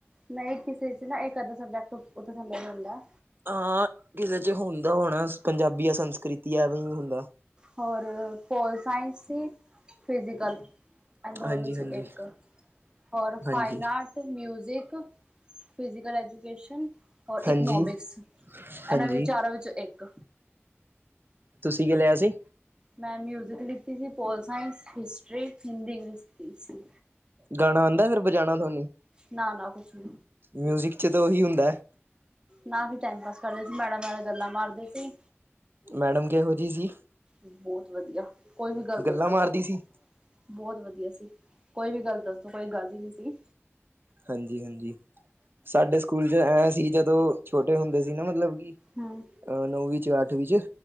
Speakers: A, on the right; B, on the right.
A: ਨਹੀਂ ਕਿਸੇ 'ਚ' ਨਾ ਇੱਕ ਅੱਧਾ ਸਬਜੈਕਟ ਉੱਤੇ- ਥੱਲੇ ਵੀ ਹੁੰਦਾ
B: ਹਾਂ, ਕਿਸੇ 'ਚ' ਹੁੰਦਾ ਹੋਣਾ ਪੰਜਾਬੀ ਆ ਸੰਸਕ੍ਰਿਤੀ ਐਵੇਂ ਹੁੰਦਾ।
A: ਹੋਰ, ਪੋਲ-ਸਾਇੰਸ ਸੀ, ਫਿਜ਼ੀਕਲ ਇਹਨਾਂ ਦੋਵਾਂ
B: ਹਾਂਜੀ
A: ਵਿੱਚੋਂ
B: ਹਾਂਜੀ
A: ਇੱਕ ਹੋਰ
B: ਹਾਂਜੀ
A: ਫਾਈਨਾਟ ਮਿਊਜ਼ਿਕ, ਫਿਜੀਕਲ ਐਜੂਕੇਸ਼ਨ ਔਰ
B: ਹਾਂਜੀ
A: ਇਕਨੋਮਿਕਸ, ਇਹਨਾਂ
B: ਹਾਂਜੀ
A: ਵਿੱਚ ਚਾਰਾਂ ਵਿੱਚੋਂ ਇੱਕ
B: ਤੁਸੀਂ ਕਿ ਲਿਆ ਸੀ?
A: ਮੈਂ ਮਿਊਜਿਕ ਲਿਤੀ ਸੀ pol science, history, Hindi, English ਦੀ ਸੀ।
B: ਗਾਣਾ ਆਦਾਂ ਫਿਰ ਬਜਾਣਾ ਥੋਨੂੰ?
A: ਨਾ-ਨਾ ਕੁਛ ਨੀ।
B: ਮਿਊਜਿਕ 'ਚ' ਤਾਂ ਉਹੀ ਹੁੰਦਾ ਹੈ।
A: ਨਾ ਅਸੀਂ ਟਾਈਮ ਪਾਸ ਕਰਦੇ ਸੀ ਮੈਡਮ ਨਾਲ ਗੱਲਾਂ ਮਾਰਦੇ ਸੀ।
B: ਮੈਡਮ ਕਿਹੋ ਜਿਹੀ ਸੀ?
A: ਬਹੁਤ ਵਧੀਆ। ਕੋਈ ਵੀ ਗੱਲ ਦੱਸ
B: ਗੱਲਾਂ
A: ਦੋ
B: ਮਾਰਦੀ
A: ਬਹੁਤ
B: ਸੀ।
A: ਵਧੀਆ ਸੀ। ਕੋਈ ਵੀ ਗਲਤ ਦੱਸ ਦੋ ਕੋਈ ਗੱਲ ਹੀ ਈ ਨੀ ਸੀ।
B: ਹਾਂਜੀ-ਹਾਂਜੀ। ਸਾਡੇ ਸਕੂਲ ਚ ਐ ਸੀ ਜਦੋਂ ਛੋਟੇ ਹੁੰਦੇ ਸੀ ਨਾ ਮਤਲਬ ਕਿ
A: ਹਮ।
B: ਅ ਨੌਵੀ ਚ ਅੱਠਵੀ ਚ